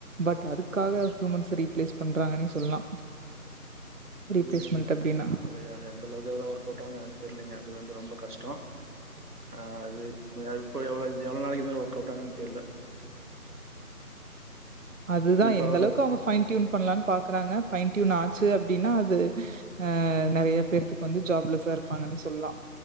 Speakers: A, on the right; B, on the right.
A: பட் அதுக்காக ஹியூமன்ஸ ரீப்ளேஸ் பண்றாங்கன்னே சொல்லலா ரீப்ளேஸ்மெண்ட்
B: புரியுதுங்க
A: அப்டின்னா
B: மேடம் அதே அந்த எந்த அளவுக்கு அதுல ஒர்க் அவுட்டாகுன்னு எனக்கு தெரியலிங்க இது வந்து ரொம்ப கஷ்டோ அது இப்ப இப்ப எவ்வளவு இது எவ்ளோ நாளைக்கி மேல ஒர்க் அவுட் ஆவுகுன்னு எனக்கு தெரில
A: அதுதா
B: இப்போ
A: எந்த அளவுக்கு அவங்க ஃபைன் டியூன் பண்ணலான்னு பாக்குறாங்க ஃபைன் டியூன் ஆச்சு அப்டின்னா அது ஆ நெறைய பேத்துக்கு வந்து ஜாப்லெஸ்ஸா இருப்பாங்கன்னே சொல்லலாம்